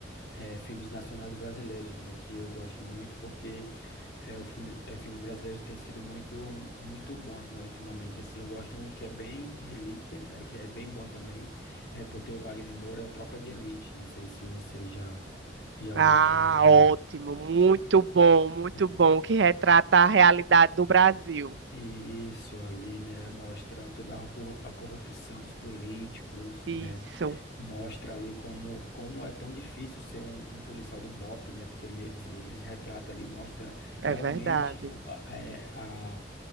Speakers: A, on the left (about 65°); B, on the right (about 80°).
A: eh, filmes nacionais brasileiros, né, que eu gosto muito porque eh, o filme, eh, filmes brasileiros têm sido muito, muito bons, né, ultimamente, assim, eu gosto muito que é bem Relíquia, né, que é bem bom também, eh, por ter o Wagner Moura, é o Tropa de Elite, não sei se você já, já
B: Ah,
A: ouviu falar
B: ótimo, muito bom, muito
A: muito
B: bom, que retrata a realidade do Brasil.
A: isso ali, né, mostra toda a corru- a corrupção dos políticos,
B: Isso,
A: né, mostra ali como, como é tão difícil ser um, um policial do BOP, né? Porque ele- eles, eles retratam ali, mostra realmente
B: é verdade.
A: o- a, é, a-